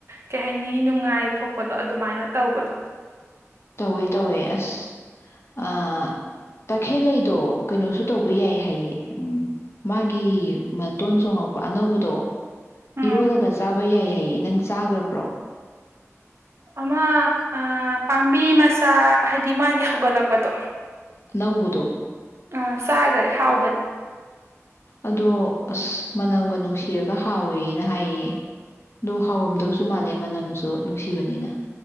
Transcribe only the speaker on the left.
ꯇꯧꯋꯦ ꯇꯧꯋꯦ ꯑꯁ ꯇꯈꯦꯜꯂꯩꯗꯣ ꯀꯩꯅꯣꯁꯨ ꯇꯧꯕ ꯌꯥꯏ ꯍꯥꯏꯌꯦ ꯎꯝ ꯃꯥꯒꯤ ꯃꯇꯣꯟ ꯆꯣꯉꯛꯄ ꯑꯅꯧꯕꯗꯣ
ꯏꯔꯣꯜꯂꯒ ꯆꯥꯕ ꯌꯥꯏ ꯍꯥꯏꯌꯦ ꯅꯪ ꯆꯥꯈ꯭ꯔꯕ꯭ꯔꯣ
ꯑꯅꯧꯕꯗꯣ
ꯑꯗꯣ ꯑꯁ ꯃꯅꯝꯒ ꯅꯨꯡꯁꯤꯔꯒ ꯍꯥꯎꯋꯦꯅ ꯍꯥꯏꯌꯦ ꯑꯗꯣ ꯍꯥꯎꯔꯝꯗꯧꯁꯨ ꯃꯥꯜꯂꯦ ꯃꯅꯝꯁꯨ ꯅꯨꯡꯁꯤꯕꯅꯤꯅ